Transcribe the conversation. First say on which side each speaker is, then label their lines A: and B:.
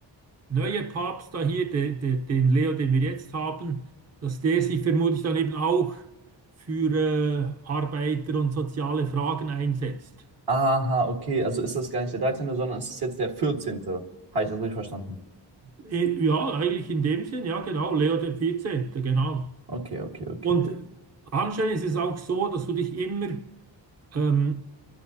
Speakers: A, on the right (about 35°); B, on the right (about 60°).
A: neue Papst da hier, de, de, den Leo, den wir jetzt haben, dass der sich vermutlich dann eben auch für äh, Arbeiter und soziale Fragen einsetzt.
B: Aha, okay. Also ist das gar nicht der Dreizehnte, sondern es ist jetzt der Vierzehnte? Habe ich das richtig verstanden?
A: E- Ja, eigentlich in dem Sinn, ja genau, Leo der 14., genau.
B: Okay, okay, okay.
A: Und anscheinend ist es auch so, dass du dich immer, ähm,